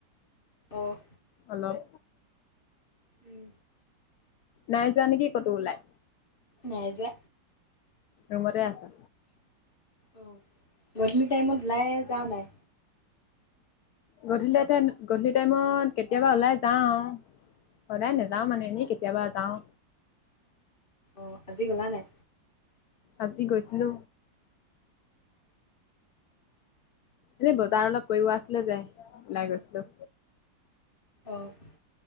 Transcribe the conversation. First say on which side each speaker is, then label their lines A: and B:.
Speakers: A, on the left; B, on the left.
A: অ'।
B: অলপ।
A: উম।
B: নাই যোৱা নেকি ক'তো ওলাই?
A: নাই যোৱা,
B: ৰুমতে আছা?
A: অ'। গধূলি টাইমত ওলাই যাৱ নাই?
B: গধূলি টাইমত, গধূলি টাইমত কেতিয়াবা ওলাই যাও। সদায় নেযাওঁ মানে, এনেই কেতিয়াবা যাওঁ।
A: অ', আজি গ'লা নাই?
B: আজি গৈছিলো। এনেই বজাৰ অলপ কৰিব আছিলে যে, ওলাই গৈছিলো।
A: অ',